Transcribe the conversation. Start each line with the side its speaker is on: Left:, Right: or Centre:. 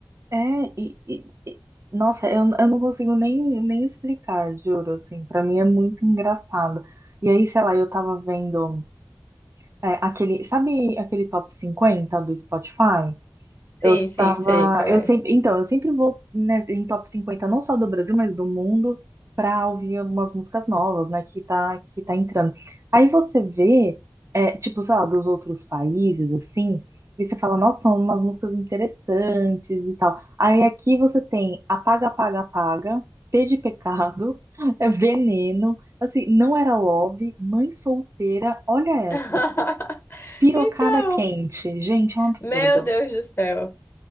Right: é, e, e- e- nossa, eu, eu não consigo nem, nem explicar, juro, assim, pra mim é muito engraçado. E aí, sei lá, eu tava vendo é, aquele, sabe aquele top 50 do Spotify? Eu
Left: Sim, sim,
Right: tava.
Left: sei qual
Right: Eu
Left: é.
Right: sempre, então, eu sempre vou né, em top 50, não só do Brasil, mas do mundo, pra ouvir algumas músicas novas, né? Que tá, que tá entrando. Aí você vê, é, tipo, sei lá, dos outros países, assim, e você fala, nossa, são umas músicas interessantes e tal. Aí aqui você tem Apaga, Apaga, Apaga, P de Pecado, <laughs> é Veneno, assim, Não Era Love, Mãe Solteira, olha essa
Left: <laughs>
Right: daqui. Pirocada
Left: Então,
Right: quente. Gente, é um absurdo.
Left: meu Deus do céu.